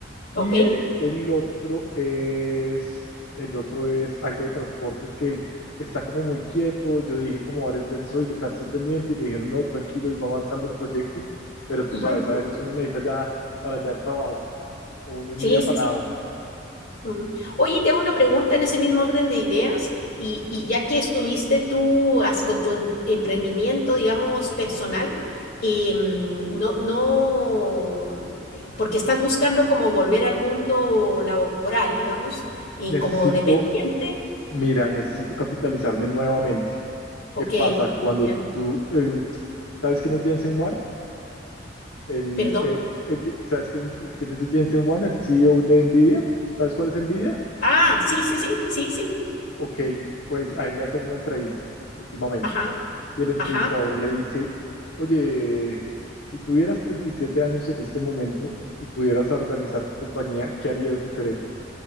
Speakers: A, on the left; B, on the left.
A: ok.
B: Y el, el otro es, el otro es algo de transportes que está como muy quieto. Yo dije como varias veces, oiga, acá estoy pendiente. Y me dijeron, no, tranquilo, y va avanzando el proyecto. Pero tú
A: ujú,
B: sabes, a veces uno necesita ya para allá el trabajo. O uno es
A: Sí,
B: muy afanado.
A: sí, Mm. Oye, te hago una pregunta en ese mismo orden de ideas y, y
B: ¿sí?
A: ya que estuviste tú as- con tu em- emprendimiento, digamos, personal, eh, mm, no, no, te- porque estás buscando como volver al mundo laboral, digamos, y
B: Necesito
A: como dependiente,
B: Mira, necesito capitalizarme nuevamente.
A: ok,
B: ¿Qué pasa cuando
A: ok,
B: tú... eh, ¿sabes quién es Jensen Huang? El,
A: perdón.
B: el- el- ¿sabes quién, quién es Jensen Huang, el CEO de Nvidia? ¿Sabes cuál es Nvidia?
A: Ah, sí, sí, sí, sí, sí,
B: Ok, pues a él le hacen una entrevista últimamente.
A: ajá,
B: Y el entrevistador
A: ajá,
B: le dice, oye, si tuvieras 37 años en este momento y pudieras organizar tu compañía, ¿qué harías diferente?